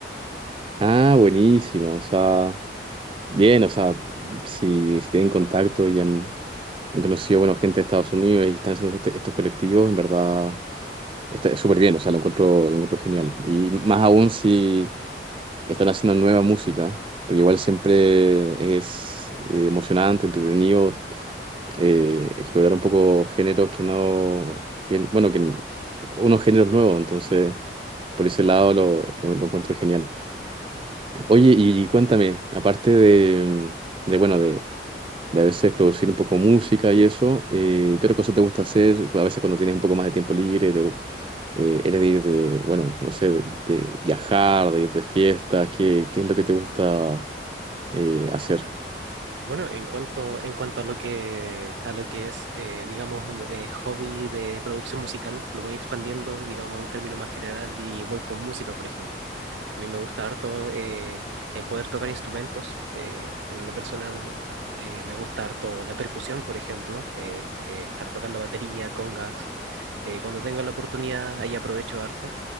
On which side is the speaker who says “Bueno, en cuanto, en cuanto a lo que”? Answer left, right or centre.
Right